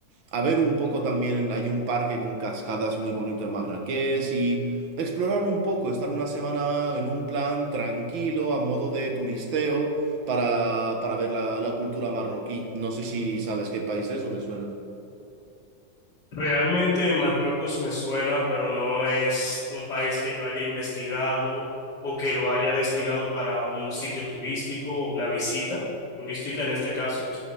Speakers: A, on the right; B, on the left.
A: a ver un poco también, hay un parque con cascadas muy bonito en Marrakech y explorar un poco, estar una semana en un plan tranquilo, a modo de turisteo, para, para ver la, la cultura marroquí. No sé si sabes qué país es o te suena.
B: Realmente Marruecos me suena, pero no es un país que yo haya investigado o que lo haya destinado para un sitio turístico o una visita turística en este caso.